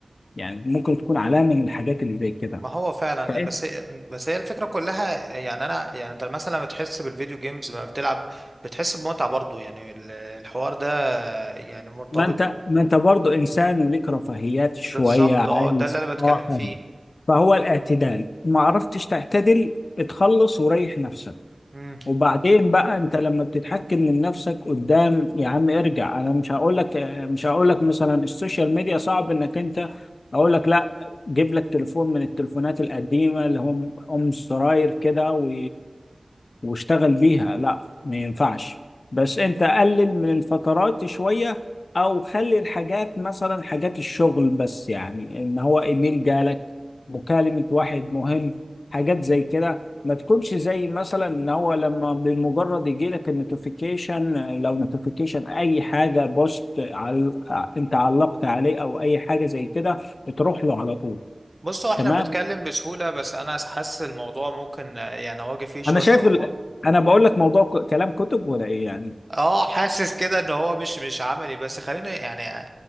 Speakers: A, on the left; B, on the right.
A: يعني ممكن تكون علامه من الحاجات اللي زي كده
B: ما هو فعلا
A: فانت
B: بس بس هي الفكره كلها يعني انا يعني انت مثلا لما تحس بالفيديو جيمز لما بتلعب بتحس بمتعه برضو يعني ال- الحوار ده يعني مرتبط
A: ما انت ما انت برضه انسان وليك رفاهيات شويه
B: بالظبط اه
A: عايز
B: ده اللي انا بتكلم
A: اه
B: فيه
A: طبعا فهو الاعتدال ما عرفتش تعتدل اتخلص وريح نفسك
B: امم
A: وبعدين بقى انت لما بتتحكم من نفسك قدام يا عم ارجع انا مش هقول لك مش هقول لك مثلا السوشيال ميديا صعب انك انت اقول لك لا جيب لك تليفون من التليفونات القديمه اللي هم ام زراير كده و... واشتغل بيها لا ما ينفعش بس انت قلل من الفترات شويه او خلي الحاجات مثلا حاجات الشغل بس يعني ان هو ايميل جالك مكالمه واحد مهم حاجات زي كده ما تكونش زي مثلا ان هو لما بمجرد يجي لك النوتيفيكيشن لو نوتيفيكيشن اي حاجه بوست عل... انت علقت عليه او اي حاجه زي كده بتروح له على طول
B: بص هو احنا
A: تمام
B: بنتكلم بسهوله بس انا حاسس الموضوع ممكن آه، يعني اواجه فيه شويه
A: انا شايف
B: صعوبه
A: ال... انا بقول لك موضوع ك... كلام كتب ولا ايه يعني
B: اه حاسس كده ان هو مش مش عملي بس خليني يعني آه،